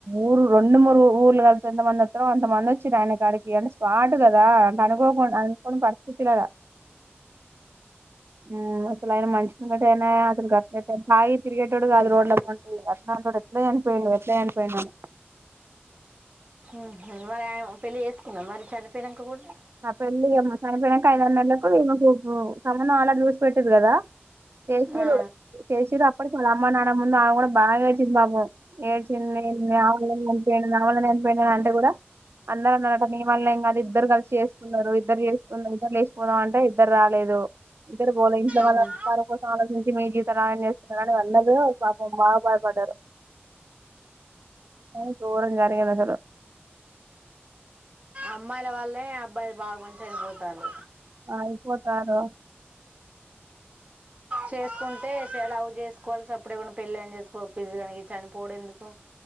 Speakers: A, on the right; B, on the right.
A: ఊరు రెండు మూరు ఊర్లు కల్పితే ఎంతమంది ఓతారో అంత మంది వచ్చిర్రు ఆయన కాడికి అంటే స్పాట్ కదా అంట అనుకోకుండా అనుకోని పరిస్థితి కదా మ్ అసలు ఆయన మషిన కంట ఏనా కాగి తిగేటోడు కాదు రోడ్లెంబట అట్లాంటోడు ఎట్ల చనిపోయిండు ఎట్ల చనిపోయిండు అని
B: ఉహు మరి ఆమె పెళ్ళి చేసుకుంద మరి చనిపోయినంక కూడా
A: ఆ పెళ్ళి ఇగ చనిపోయాంక ఐదు ఆరు నెలలకు ఈమెకు సంబంధం ఆల్రెడీ చూసి పెట్టిర్రు కదా చేసిరు
B: ఆ
A: చేసిరు అప్ అప్పుడకి వాళ్ళ అమ్మ నాన్న ముందు ఆమె కూడా బాగా ఏడ్చింది పాపం ఏడ్చింది నావల్నే చనిపోయిండు నావల్నే చనిపోయిండు అని చనిపోయినారు అంటే కూడా అందరు అన్నారు అంట నీవల్ల ఏం కాదు ఇద్దరు కలిసి చేస్ కున్నారు ఇద్దరు చేసుకున్నారు ఇద్దరు లేచిపోదాం అంటే ఇద్దరు రాలేదు ఇద్దరు పోలే ఇంట్లో వాళ్ళ
B: ఉమ్
A: వారి కోసం ఆలోచించి మీ జీవితం ఆగం చేసుకున్నారని అందరు పాపం బాగా బాదపడ్ డారు అ గోరం జరిగింది అసలు
B: అమ్మాయిల వల్లే అబ్బాయిలు బాగా మంది చనిపోతాలు
A: అయిపోతారు
B: చేసుకుంటే చలావు చేసుకు ఎప్పుకోవాల్సి అప్పుడేమైనా పెళ్ళి చేసుకో ఒప్పించి కానీ చనిపోవడం ఎందుకు?